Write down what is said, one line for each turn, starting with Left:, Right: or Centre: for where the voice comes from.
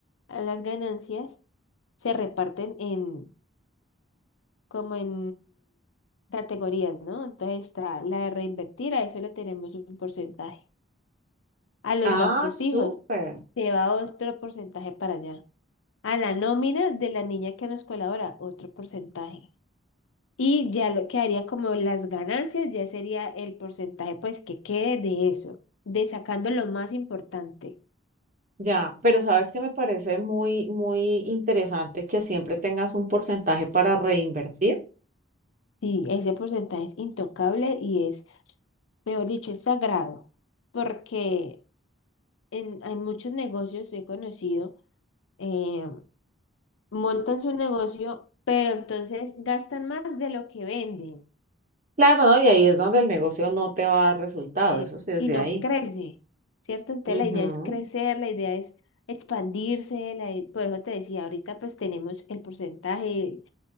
Left: a las ganancias, se reparten en, como en categorías, ¿no? Entonces está la de reinvertir, a eso le tenemos un porcentaje. A los
Right: Ah,
Left: gastos
Right: súper.
Left: fijos, se va otro porcentaje para allá. A la nómina de la niña que nos colabora, otro porcentaje. Y ya lo que haría como las ganancias, ya sería el porcentaje pues que quede de eso, de sacando lo más importante.
Right: Ya, pero sabes que me parece muy, muy interesante que siempre tengas un porcentaje para reinvertir.
Left: Sí, ese porcentaje es intocable y es, mejor dicho, es sagrado, porque en, hay muchos negocios, he conocido, eh, montan su negocio, pero entonces gastan más de lo que venden.
Right: Claro, ¿no? Y ahí es donde el negocio no te va a dar resultado,
Left: eh,
Right: eso sí es
Left: y
Right: de
Left: no
Right: ahí.
Left: crece, ¿cierto? Entonces
Right: Ujú.
Left: la idea es crecer, la idea es expandirse, la i- por eso te decía, ahorita pues tenemos el porcentaje